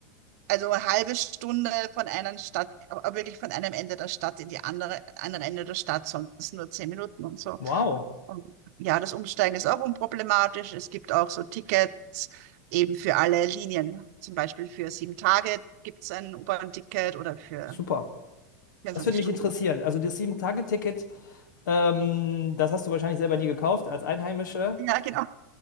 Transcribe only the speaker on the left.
wow,
super.
Das würde mich
interessieren. Also das Sieben-Tage-Ticket, ähm, das hast du wahrscheinlich selber nie gekauft als Einheimische.